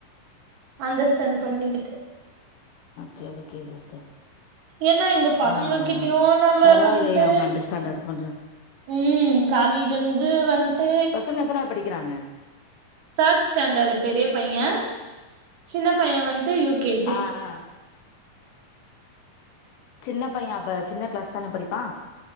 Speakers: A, on the right (about 75°); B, on the left (about 80°).
A: அண்டர் ஸ்டாண்ட் பண்ணிக்கிட்டு
B: கே ஓகே சிஸ்டர்
A: ஏன்னா இந்த பசங்க
B: ஆஹ் ஆஹ்
A: கிட்டயு நம்ம
B: பரவால்லைய
A: வந்ட்டு
B: அவங்க அண்டர்ஸ்டாண்டாது பண்றாங்க
A: ம் காலையில இருந்து வண்ட்டு
B: பசங்க எத்தனாவது படிக்கிறாங்க
A: தேர்டு ஸ்டாண்டர்டு பெரிய பைய சின்ன பைய வந்து யூ கே ஜி
B: ஆ ஆ சின்ன பைய அப்ப சின்ன கிளாஸ் தான படிப்பா